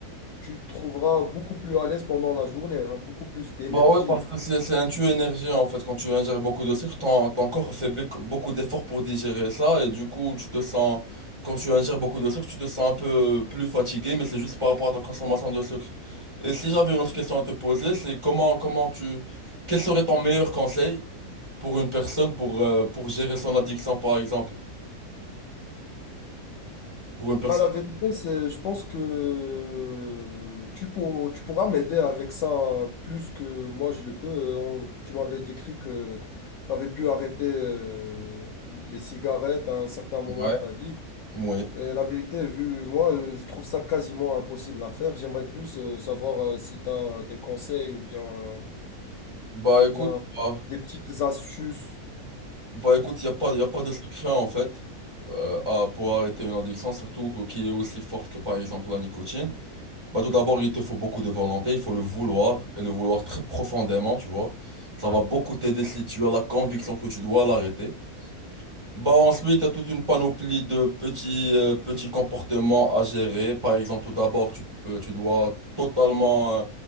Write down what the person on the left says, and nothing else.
tu te trouveras beaucoup plus à l'aise pendant la journée, hein, beaucoup plus d'énergie.
Bah, la vérité, c'est, je pense que tu, pour- tu pourras m'aider avec ça plus que moi je le peux. Euh, on- tu m'avais décrit que tu avais pu arrêter euh, les cigarettes à un certain moment
de ta vie.
Et la vérité, vu moi, euh, je trouve ça quasiment impossible à faire. J'aimerais plus euh, savoir euh, si tu as des conseils ou bien, euh,
ou bien
des petites astuces.